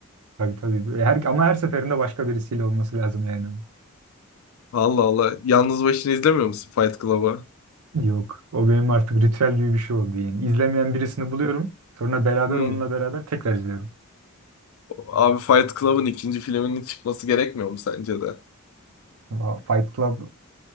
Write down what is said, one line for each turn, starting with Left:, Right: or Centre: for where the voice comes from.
Right: Tabii tabii. Her, ama her seferinde başka birisiyle olması lazım yani.
Left: Allah Allah. Yalnız başına izlemiyor musun Fight Club'ı?
Right: Yok. O benim artık ritüel gibi bir şey oldu yani. İzlemeyen birisini buluyorum. Sonra beraber
Left: Hmm.
Right: onunla beraber tekrar izliyorum.
Left: Abi Fight Club'ın ikinci filminin çıkması gerekmiyor mu sence de?
Right: Ama Fight Club